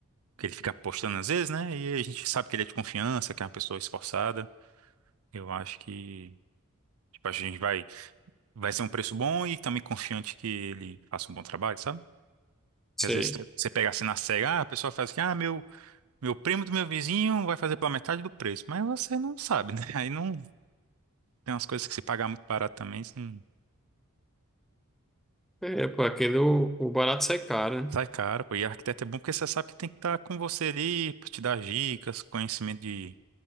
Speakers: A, on the right (about 70°); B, in the centre.
A: que ele fica postando às vezes, né? E a gente sabe que ele é de confiança, que é uma pessoa esforçada. Eu acho que, tipo, a gente vai, vai ser um preço bom e também confiante que ele faça um bom trabalho, sabe?
B: Sei.
A: Que às vezes tem- você pega assim na cega, ah, a pessoa faz que, ah, meu, meu primo do meu vizinho vai fazer pela metade do preço. Mas você não sabe, né? <laughs> Aí não tem umas coisas que se pagar muito barato também, isso não
B: É, pô, aquele o, o barato sai caro, né?
A: sai caro, pô. E arquiteto é bom porque você sabe que tem que estar com você ali pra te dar dicas, conhecimento de,